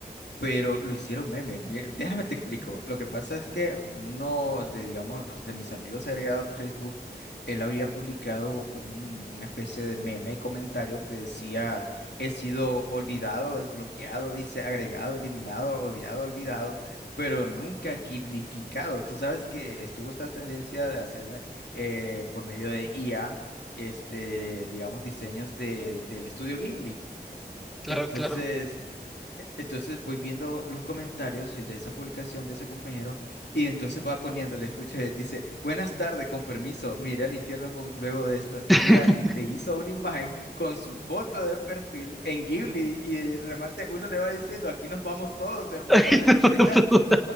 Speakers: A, on the left; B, in the centre.
A: pero lo hicieron meme. Mira, Déjame te explico. Lo que pasa es que uno de, digamos, de mis amigos agregados en Facebook, él había publicado un- una especie de meme y comentario que decía, he sido olvidado, desbloqueado, dice, agregado, eliminado, odiado, olvidado, pero nunca giblificado. Tú sabes que estuvo esta tendencia de hacer eh, por medio de IA, este, digamos, diseños de, del estudio Ghibli.
B: Claro,
A: Entonces...
B: claro.
A: E- Entonces voy viendo los comentarios eh, de esa publicación de ese compañero y entonces va poniéndole, escuché, dice, buenas tardes, con permiso, miré al infierno con, luego de esto y
B: <laughs>
A: mira, le hizo una imagen con su foto de perfil en Ghibli y de remate uno le va diciendo, aquí nos vamos todos, hermano,
B: Ay,
A: le
B: no,
A: dice,
B: no, no,